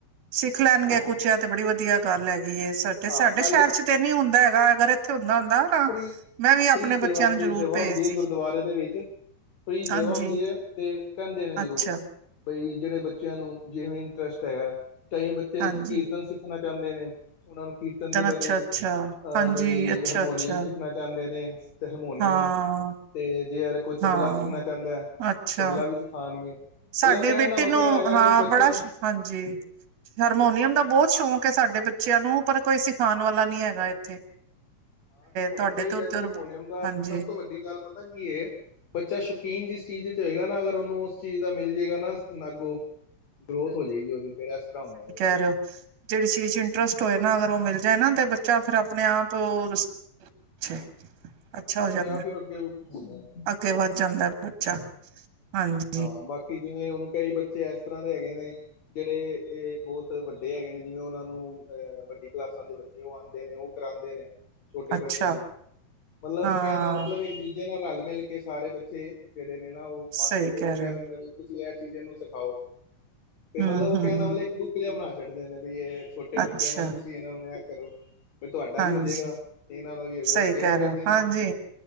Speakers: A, on the right; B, on the left.
A: ਸਿੱਖ ਲੈਣਗੇ
B: ਹਾਂਜੀ
A: ਕੁਛ ਐ- ਤੇ ਬੜੀ ਵਧੀਆ ਗੱਲ ਹੈਗੀ ਏ ਸਾਡੇ-
B: ਹਾਂ
A: ਸਾਡੇ
B: ਨਾਲੇ
A: ਸ਼ਹਿਰ ਚ ਤੇ ਨੀ ਹੁੰਦਾ ਹੈਗਾ ਅਗਰ ਇੱਥੇ ਹੁੰਦਾ- ਹੁੰਦਾ ਨਾ-
B: ਫ੍ਰੀ
A: ਮੈਂ ਵੀ ਆਪਣੇ
B: ਸੇਵਾ-
A: ਬੱਚਿਆਂ ਨੂੰ
B: ਫ੍ਰੀ
A: ਜ਼ਰੂਰ
B: ਸੇਵਾ
A: ਭੇਜਦੀ
B: ਹੁੰਦੀ ਹੈ ਗੁਰਦੁਆਰੇ ਦੇ ਵਿੱਚ ਫ੍ਰੀ ਸੇਵਾ
A: ਹਾਂਜੀ
B: ਹੁੰਦੀ ਹੈ। ਤੇ ਕਹਿੰਦੇ ਨੇ ਜ਼ਰੂਰ
A: ਅੱਛਾ
B: ਬਈ ਜਿਹੜੇ ਬੱਚਿਆਂ ਨੂੰ ਜਿਵੇਂ ਇੰਟਰਸਟ ਹੈਗਾ। ਕਈ ਬੱਚੇ
A: ਹਾਂਜੀ
B: ਕੀਰਤਨ ਸਿੱਖਣਾ ਚਾਹੁੰਦੇ ਨੇ- ਉਹਨਾਂ ਨੂੰ ਕੀਰਤਨ ਦੇ
A: ਅੱਛਾ
B: ਬਾਰੇ
A: ਅੱਛਾ
B: ਅਹ
A: ਹਾਂਜੀ
B: ਬਈ-
A: ਅੱਛਾ
B: ਹਰਮੋਨੀਅਮ
A: ਅੱਛਾ
B: ਸਿੱਖਣਾ ਚਾਹੁੰਦੇ ਨੇ ਤੇ ਹਰਮੋਨੀਅਮ-
A: ਹਾਂ
B: ਤੇ ਜੇ ਅਰ ਕੋਈ ਤਬਲਾ
A: ਹਾਂ
B: ਸਿੱਖਣਾ ਚਾਹੁੰਦਾ ਹੈ
A: ਅੱਛਾ
B: ਤਬਲਾ ਵੀ ਸਿਖਾਉਣਗੇ-
A: ਸਾਡੇ
B: ਮਤਲਬ ਕਹਿਣ
A: ਬੇਟੇ
B: ਦਾ ਮਤਲਬ
A: ਨੂੰ
B: ਹੈਗਾ
A: ਹਾਂ
B: ਕਿ ਵੀ ਬੱਚਿਆਂ
A: ਬੜਾ
B: ਨੂੰ-
A: ਸ਼ ਹਾਂਜੀ ਹਾਰਮੋਨੀਅਮ ਦਾ ਬੋਤ ਸ਼ੌਂਕ ਹੈ ਸਾਡੇ ਬੱਚਿਆਂ ਨੂੰ- ਪਰ ਕੋਈ ਸਿਖਾਉਣ ਵਾਲਾ
B: ਅੱਛਾ
A: ਨੀ
B: ਅੱਛਾ
A: ਹੈਗਾ ਇੱਥੇ।
B: ਹਾਂ ਤੇ ਹੋਣਾ
A: ਤੁਹਾਡੇ
B: ਚਾਹੀਦਾ
A: ਤੇ ਉੱਧਰ
B: ਜੀ ਹਰਮੋਨੀਅਮ ਦਾ
A: ਹਾਂਜੀ
B: ਸਭ ਤੋਂ ਵੱਡੀ ਗੱਲ ਪਤਾ ਕੀ ਇਹ- ਬੱਚਾ ਸ਼ੌਕੀਨ ਜਿਸ ਚੀਜ਼ ਚ ਹੋਏਗਾ ਨਾ ਅਗਰ ਉਹਨੂੰ ਉਸ ਚੀਜ਼ ਦਾ ਮਿਲ ਜਾਏਗਾ ਨਾ ਅੱਗੋਂ ਗਰੋਥ ਹੋ ਜਾਏਗੀ ਉਹਦੀ ਫੇਿਰ ਇਸ ਤਰ੍ਹਾਂ ਹੁੰਦਾ ਹੈਗਾ
A: ਕਰੋ ਜਿਹੜੀ ਚੀਜ਼ ਚ ਇੰਟਰਸਟ ਹੋਏ ਨਾ ਅਗਰ ਉਹ ਮਿਲ ਜਾਏ ਨਾ ਤੇ ਬੱਚਾ ਫਿਰ ਆਪਣੇ ਆਪ ਉਹ ਅੱਛਾ। ਅੱਛਾ
B: ਹਾਂ
A: ਹੋ
B: ਆਪਣੇ
A: ਜਾਂਦਾ,
B: ਆਪ ਹੀ ਅੱਗੇ ਹੁੰਦਾ ਬਿਲਕੁਲ
A: ਅੱਗੇ
B: ਬਿਲਕੁਲ
A: ਵੱਧ ਜਾਂਦਾ, ਬੱਚਾ ਹਾਂਜੀ।
B: ਹਾਂ ਬਾਕੀ ਜਿਵੇਂ ਹੁਣ ਕਈ ਬੱਚੇ ਇਸ ਤਰ੍ਹਾਂ ਦੇ ਹੈਗੇ ਨੇ ਜਿਹੜੇ ਇਹ ਬਹੁਤ ਵੱਡੇ ਹੈਗੇ ਨੇ ਜਿਵੇਂ ਉਹਨਾਂ ਨੂੰ ਅਹ ਵੱਡੀ ਕਲਾਸਾਂ ਦੇ ਬ ਉਹ ਆਉਂਦੇ ਨੇ, ਉਹ ਕਰਾਉਂਦੇ ਨੇ, ਛੋਟੇ ਬੱਚਿਆਂ
A: ਅੱਛਾ
B: ਨੂੰ- ਮਤਲਬ
A: ਹਾਂ
B: ਕਹਿਣ ਦਾ ਮਤਲਬ ਇੱਕ ਦੂਜੇ ਨਾਲ ਰਲ ਮਿਲ ਕੇ ਸਾਰੇ ਬੱਚੇ ਜਿਹੜੇ ਨੇ ਨਾ ਉਹ ਮਾਸਟਰ
A: ਸਹੀ
B: ਉਹਰ
A: ਰਹੇ
B: ਕਹਿ
A: ਹੋ
B: ਦਿੰਦੇ ਨੇ ਵੀ ਤੁਸੀਂ ਇਹ ਚੀਜ਼ ਇਹਨੂੰ ਸਿਖਾਔ ਏ
A: ਹੂੰ
B: ਮਤਲਬ
A: ਹੂੰ
B: ਉਹ ਕਹਿਣ ਦਾ ਮਤਲਬ ਇੱਕ ਬੁੱਕ ਜਿਹਾ ਬਣਾ ਛੱਡਦੇ ਨੇ ਬਈ ਇਹ ਛੋਟੇ
A: ਅੱਛਾ
B: ਬੱਚਿਆਂ ਨਾਲ ਤੁਸੀਂ ਇਹਨਾਂ ਨੂੰ ਇਹ ਕਰੋ ਵੀ ਤੁਹਾਡਾ
A: ਹਾਂਜੀ
B: ਵੀ ਹੋਜੇਗਾ। ਇਹਨਾਂ ਦਾ ਵੀ ਹੋ ਜੇਗਾ
A: ਸਹੀ
B: ਔਹ ਸੇਵਾ
A: ਕਹਿ
B: ਕਰਦੇ
A: ਰਹੇ ਹੋ ਹਾਂਜੀ।